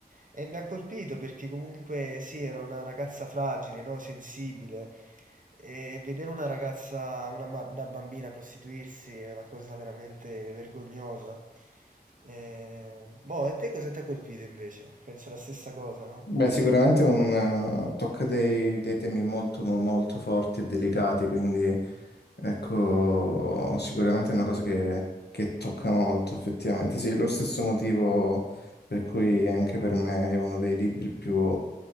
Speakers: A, on the right (about 55°); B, on the left (about 85°).
A: E mi ha colpito perché comunque sì, era una ragazza fragile, no? Sensibile. E vedere una ragazza, una, ma- una bambina prostituirsi è una cosa veramente vergognosa. Eh, boh, e te cosa ti ha colpito invece? Penso la stessa cosa, no?
B: Beh, sicuramente un, eh, tocca dei, dei temi molto, mo- molto forti e delicati, quindi ecco, sicuramente è una cosa che, che tocca molto, effettivamente. Sì, è lo stesso motivo per cui anche per me è uno dei libri più,